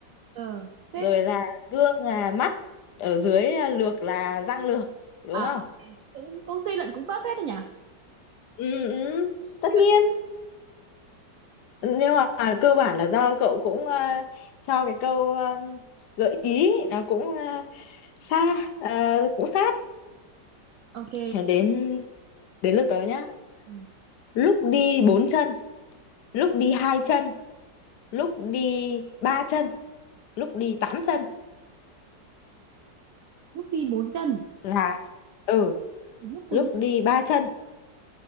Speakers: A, on the right (about 75°); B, on the left (about 70°).
A: ừ thế
B: rồi là gương là mắt ở dưới à, lược là răng lược đúng
A: à
B: không
A: ok. cũng cũng suy luận cũng tốt hết rồi nhỉ
B: ừ, ừ,
A: Suy
B: tất
A: luận.
B: nhiên nhưng mà cơ bản là do cậu cũng ờ, cho cái câu ờ, gợi ý nó cũng ờ, xa ờ, cũng sát
A: ok
B: Thế đến đến lượt tớ nhá
A: ừ.
B: lúc đi bốn chân lúc đi hai chân lúc đi ba chân lúc đi tám chân
A: lúc đi bốn chân
B: là ừ
A: lúc còn
B: lúc
A: đi
B: đi ba chân